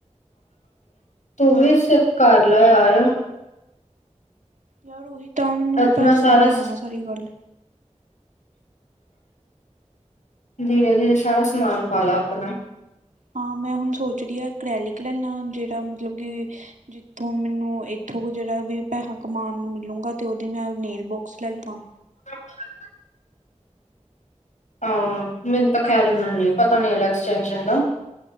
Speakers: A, on the left; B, on the right.
A: ਤੂੰ ਵੀ ਸਿੱਖ ਕਰ ਲੈ ਯਾਰ
B: ਯਾਰ ਓਹੀ ਤਾਂ ਮੈਨੂੰ
A: ਆਪਣਾ
B: ਪੈਸੇ
A: ਸਾਰਾ
B: ਯਾ ਦੀ ਆ ਨਾ ਸਾਰੀ ਗੱਲ।
A: ਧੀਰੇ-ਧੀਰੇ ਸਾਰਾ ਸਮਾਨ ਪਾਲੈ ਆਪਨਾ।
B: ਹਾਂ ਮੈਂ ਹੁਨ ਸੋਚ ਰੀ ਆਂ ਐਕ੍ਰੈਲਿਕ੍ ਲੈਲਾਂ ਜੇੜਾ ਮਤਲਬ ਕਿ ਤੇ ਮੈਨੂੰ ਐਥੋ ਵੀ ਜੇਰਾ ਵੀ ਪੈਸਾ ਕਮਾਨ ਨੂੰ ਮਿਲੂਗਾ, ਤੇ ਓਦੀ ਮੈਂ ਨੇੇਲ ਬੋਕਸ ਲੈ ਲਾ।
A: <inaudible> ਆ ਮੈਨੂੰ ਤਾਂ ਖੈਰ ਏਨਾਂ ਨੀ ਪਤਾ ਨੇਲ ਐਕਸਟੈਂਸ਼ਨ ਦਾ।